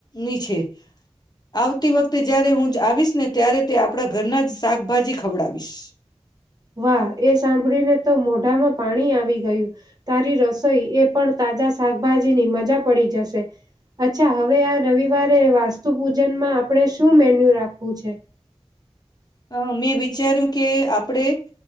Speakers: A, on the left; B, on the right.
A: ની છે. <unintelligible> આવતી વખતે જયારે હુંજ આવીશ ને ત્યારે તે આપણા ઘરના જ શાકભાજી ખવડાવીશ.
B: વાહ એ સાંભળીને તો મોઢામાં પાણી આવી ગયું તારી રસોઈ એ પણ તાજા શાકભાજીની મજા પડી જશે અચ્છા હવે આ રવિવારે વાસ્તુ પૂજનમાં આપણે શું મેન્યુ રાખવું છે?
A: હ મેં વિચાર્યું કે આપણેે